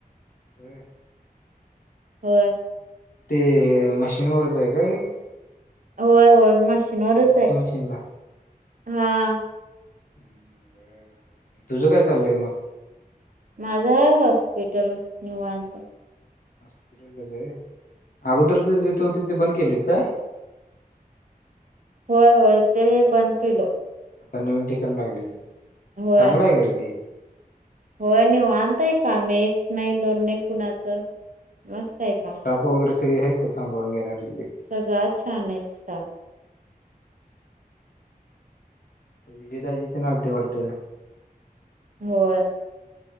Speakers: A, on the left; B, on the right.
A: हो.
B: हो.
A: ते मशीनवरच आहे काय.
B: होय होय मशीनवरच
A: सीएनसी
B: आहे
A: मशीनला?
B: हा.
A: हम्म, तुझं काय चाललंय मग.
B: माझा हॉस्पिटल निवांत.
A: हपिटलच आहे अगोदर त जिथे तिथे बंद केले काय.
B: होय होय ते बंद केलं.
A: आता नवीन टिकाण लागली चांगलं
B: होय
A: आहे गरीे ते.
B: होय नाही वानताय का मी एक नाही दोन नाही कुणाचं मस्त आहे का.
A: स्टाफ वगैरे सगळे आहेत का सांाळून घेणार.
B: सगळळा छान आहे स्टाफ.
A: विजेताज ते नलते वाढते.
B: होय.